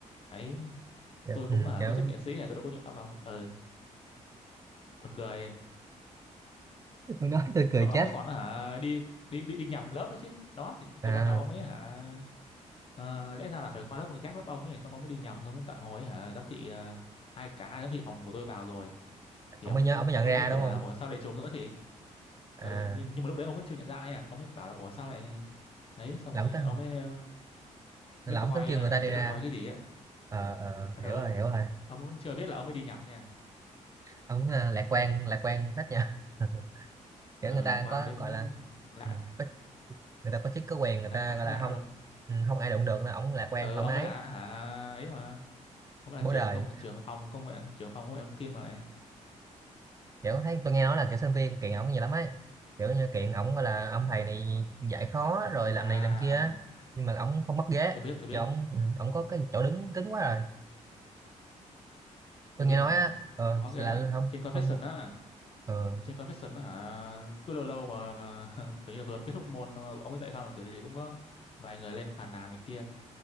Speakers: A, on the left; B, on the right.
A: ấy
B: kiểu,
A: tôi cũng
B: ừ.
A: hả
B: kiểu
A: có chất nghệ sĩ này tôi đâu có nhuộm tóc đâu. Ừ, buồn cười.
B: tôi nói tôi cười
A: Xong rồi
B: chết
A: ông ấy còn hả đi đi đi đi nhầm lớp nữa chứ. Đó thì,
B: à
A: thì ban đầu ông ấy hả Ờ, lẽ ra là phải qua lớp gác lớp ông ấy xong ông mới đi nhầm xong mới tận hồi ấy, hả giám thị ờ, hai cả hai giám thị phòng của tôi vào rồi thì
B: ổng
A: ông
B: mới
A: mới
B: nhớ ổng mới nhận
A: ông
B: ra
A: mới tưởng
B: đúng không
A: là ủa sao lại trùng nữa thì
B: à
A: ừ, nhưng, nhưng mà lúc đấy ông mới chưa nhận ra ấy à ông mới bảo là ủa sao lại đấy xong
B: là
A: rồi
B: ổng tính
A: ông mới
B: là
A: mới coi
B: ổng tính kêu
A: ờ,
B: người ta đi
A: chắc
B: ra
A: là coi cái gì á
B: ờ ờ,
A: ừ,
B: hiểu rồi hiểu rồi
A: ông vẫn chưa biết là ông mới đi nhầm nha
B: ông ờ, lạc quan lạc quan hết nha <laughs> kiểu
A: ừ,
B: người ta
A: lạc quan
B: có
A: đến
B: gọi là
A: lạ
B: ừ, có- người ta có chức có quyền người
A: lạc
B: ta
A: quan
B: gọi
A: đến
B: là
A: lạ
B: không
A: luôn
B: ừ, không ai đụng được nên ổng lạc quan
A: ừ,
B: thoải
A: ông
B: mái
A: mới là hả ấy mà ông ấy là
B: bố
A: trưởng
B: đời
A: công trưởng phòng công nghệ trưởng phòng công nghệ thông tin mà lại
B: kiểu thấy tôi nghe nói là kiểu sinh viên kiện ổng nhiều lắm ấy kiểu như kiện ổng gọi là ông thầy này dạy khó rồi làm
A: à
B: này làm kia á. nhưng mà ổng không mất ghế
A: tôi biết tôi biết
B: kiểu ổng ừ, ổng có cái chỗ đứng cứng quá rồi tôi
A: tôi
B: nghe
A: biết
B: nói
A: mà
B: á ờ
A: có cái
B: là
A: à,
B: không
A: trên confession
B: không
A: á
B: ờ
A: trên confession á hả cứ lâu lâu mà <laughs> kiểu như là vừa mới kết thúc môn ờ, ông ấy dạy xong là kiểu gì cũng có vài người lên phàn nàn này kia